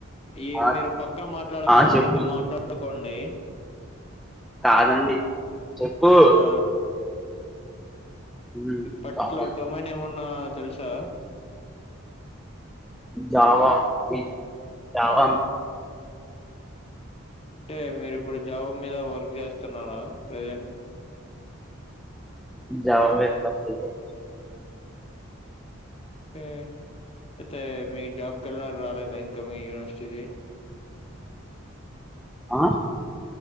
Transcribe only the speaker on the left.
ఎవ
మీరు
పక్కాన మాట్లాడకున్న
మాడితే మాట్లాడుక్ కొండయి
ఆ
పర్టికులర్
డొమైన్ ఏమన్నా తెలుసా
అంటే మీరిప్పుడు జాబ్ మీద వర్క్ చేస్తున్నార ప్రెజెంట్
ఉమ్ అయితే మీక్ జాబ్ క్యాలెండర్ రాలేదా ఇంక మీ యూనివర్సిటీది